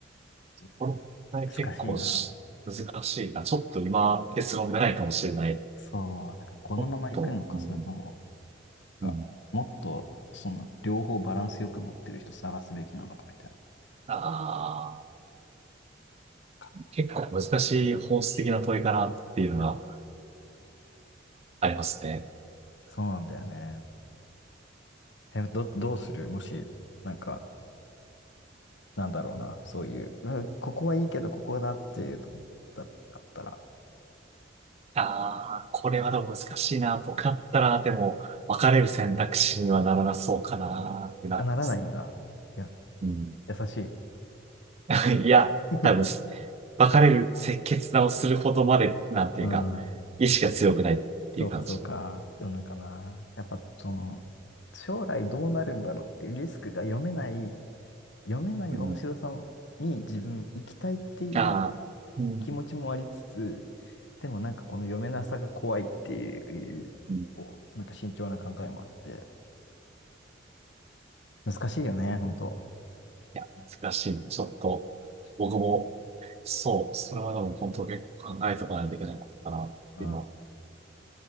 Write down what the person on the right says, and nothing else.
この問題結構し難しいな。
ちょっと今、結論がないかもしれない。
もっと、うん、
うん、
ああ、
結構難しい本質的な問いかなっていうのが
ありますね。
ああ、これはでも難しいな。僕だったら、でも、別れる選択肢にはならなそうかなってなります。
うん。
<laughs> いや、
多分、別れる決断をするほどまで、なんていうか、
意志が強くないっていう感じ。
うん。
ああ、うん。
い
うん
いや、
難しい。ちょっと、
僕も、そう、それはでも本当結構考えておかないといけないことかな。
今、